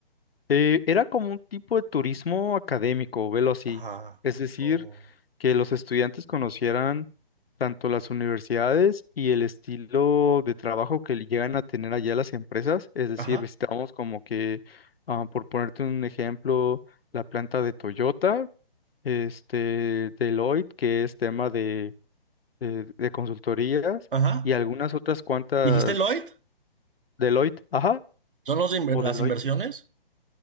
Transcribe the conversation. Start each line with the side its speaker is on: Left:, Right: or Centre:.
Left: eh, era como un tipo de turismo académico, velo así.
Right: Ajá.
Left: Es decir,
Right: Oh.
Left: que los estudiantes conocieran tanto las universidades y el estilo de trabajo que le llegan a tener allá las empresas. Es decir,
Right: Ajá.
Left: visitamos como que, ah, por ponerte un ejemplo, la planta de Toyota, este, Deloitte, que es tema de, de, de consultorías,
Right: Ajá.
Left: y algunas otras cuantas,
Right: ¿Dijiste Lloyd?
Left: Deloitte, ajá,
Right: ¿Son los de inver-
Left: o
Right: las
Left: Deloitte.
Right: inversiones?